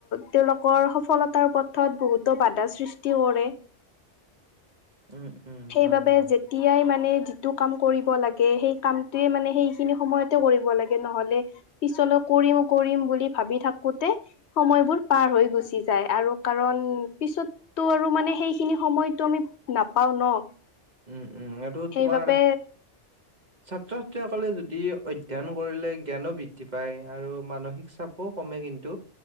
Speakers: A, on the left; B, on the right.
A: তেওঁলোকৰ সফলতাৰ পথত বহুতো বাধা সৃষ্টি কৰে।
B: উম উম
A: সেইবাবে
B: হয় হয়।
A: যেতিয়াই মানে যিটো কাম কৰিব লাগে সেই কামটোয়ে মানে সেইখিনি সময়তে কৰিব লাগে নহলে পিছলৈ কৰিম কৰিম বুলি ভাবি থাকো তে সময়বোৰ পাৰ হৈ গৈছে। পি যায় আৰু কাৰণ পিছত তো আৰু মানে সেই খিনি সময়ত আমি নাপাওঁ ন।
B: উম উম এইটোত
A: সেইবাবে
B: তোমাৰ ছাত্ৰ-ছাত্ৰীসকলে যদি অধ্যয়ন কৰিলে জ্ঞানো বৃদ্ধি পায় আৰু মানসিক চাপো কমে। কিন্তু